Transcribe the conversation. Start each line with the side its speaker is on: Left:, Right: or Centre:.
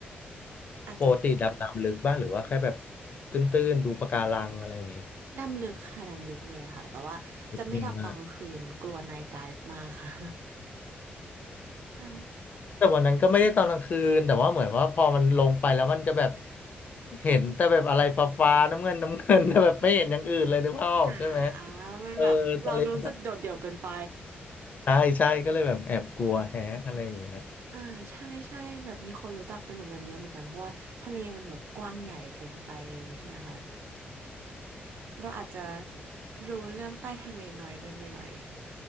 Right: อาจจะ
Left: ปกติดำน้ำลึกบ้างหรือว่าแค่แบบตื้นๆดูปะการังอะไรอย่างงี้
Right: ดำลึกค่ะดำลึกเลยค่ะแต่ว่าจะไม่ดำตอนกลางคืนกลัว
Left: จริงอ่ะ
Right: night dive มากค่ะใช่
Left: แต่วันนั้นก็ไม่ได้ตอนกลางคืนแต่ว่าเหมือนว่าพอมันลงไปแล้วมันจะแบบเห็นแต่แบบอะไรฟ้าฟ้าน้ำเงิน <laughs> น้ำเงินแต่แบบไม่เห็นอย่างอื่นเลยนึกภาพออกใช่ไหม
Right: อ่ามันแบบเรารู้สึกโดดเดี่ยวเกินไป
Left: เออทะเลนะใช่ใช่ก็เลยแบบแอบกลัวแฮะอะไรอย่างเงี้ย
Right: อ่าใช่ใช่แบบมีคนรู้จักเป็นแบบนั้นเยอะเหมือนกันเพราะว่าทะเลมันแบบกว้างใหญ่เกินไปอย่างงี้ใช่ไหมคะ เราอาจจะรู้เรื่องใต้ทะเลน้อยเกินไปหน่อย